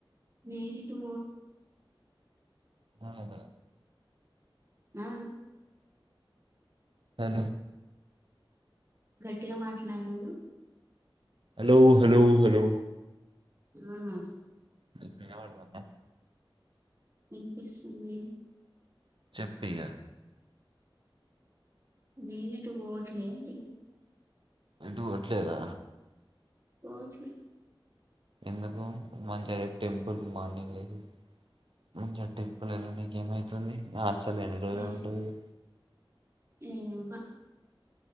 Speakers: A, on the right; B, on the right.
A: మీడు
B: హ అద
A: ఆ
B: అను
A: గట్టిగా మాట్లాడు
B: హలో హలో హలో
A: హ్మ్
B: ఏం పినపడతాంటానా
A: వినిపిస్తుంది
B: చెప్పు ఇగ
A: నేను ఎటు వోవట్లే అంటున్న
B: ఎటువోట్లేదా
A: పోవట్లే
B: ఎందుకు మంచిగా రేపు టెంపుల్ కి మార్నింగ్ లేసి మంచిగా ఆ టెంపుల్ ఎళ్ళనికి ఏమైతుంది నీ ఆస్తి తల్ ఎన్ని రోజులనీ
A: ఏ
B: ఉంటావు ఇగ
A: ఏ ప